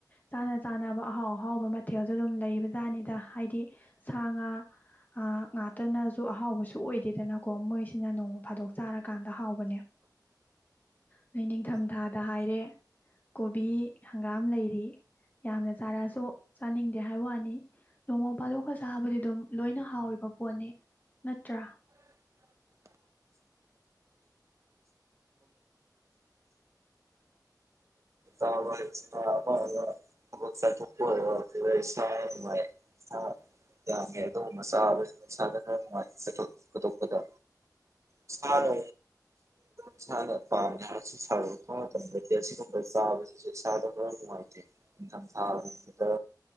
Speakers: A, on the left; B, on the right.
A: ꯆꯥꯅ ꯆꯥꯅꯕ ꯑꯍꯥꯎ ꯑꯍꯥꯎꯕ ꯃꯊꯦꯜꯗꯣ ꯑꯗꯨꯝ ꯂꯩꯕꯖꯥꯠꯅꯤꯗ ꯍꯥꯏꯗꯤ ꯁꯥ ꯉꯥ ꯉꯥꯛꯇꯅꯁꯨ ꯑꯍꯥꯎꯕꯁꯨ ꯑꯣꯏꯗꯦꯗꯅꯀꯣ ꯃꯣꯏꯁꯤꯅ ꯅꯣꯡꯃ ꯐꯥꯗꯣꯛ ꯆꯥꯔ ꯀꯥꯟꯗ ꯍꯥꯎꯕꯅꯦ ꯑꯣꯏ ꯅꯤꯡꯊꯝꯊꯥꯗ ꯍꯥꯏꯔꯦ ꯀꯣꯕꯤ ꯍꯪꯒꯥꯝ ꯂꯩꯔꯤ ꯌꯥꯝꯅ ꯆꯥꯔꯛꯑꯁꯨ ꯆꯥꯅꯤꯡꯗꯦ ꯍꯥꯏꯕ ꯋꯥꯅꯤ ꯅꯣꯡꯃ ꯄꯥꯗꯣꯛꯀ ꯆꯥꯕꯗꯤ ꯑꯗꯨꯝ ꯂꯣꯏꯅ ꯍꯥꯎꯔꯤꯕ ꯄꯣꯠꯅꯤ ꯅꯠꯇ꯭ꯔꯥ
B: ꯆꯥꯕ ꯁꯥ ꯑꯐꯕ ꯊꯕꯛ ꯆꯥꯊꯣꯛꯄ ꯑꯣꯏꯔꯣ ꯑꯗꯨꯒ ꯏꯁ ꯅꯨꯡꯉꯥꯏ ꯁꯥ ꯌꯥꯝꯉ ꯑꯗꯨꯒꯨꯝꯕ ꯆꯥꯕꯁꯤ ꯏꯁꯥꯗꯅ ꯅꯨꯡꯉꯥꯏ ꯆꯊꯣꯛ ꯈꯣꯇꯣꯛꯄꯗ ꯏꯁꯅ ꯏꯁꯥꯅ ꯄꯥꯝꯃꯦ ꯍꯥꯏꯔꯁꯨ ꯁꯥꯗꯂꯛꯄ ꯃꯇꯝꯗꯗꯤ ꯑꯁꯤꯒꯨꯝꯕ ꯆꯥꯕꯁꯤ ꯁꯥꯗꯕ꯭ꯔ ꯅꯨꯡꯉꯥꯏꯇꯦ ꯏꯊꯝ ꯊꯥ ꯃꯇꯝꯗ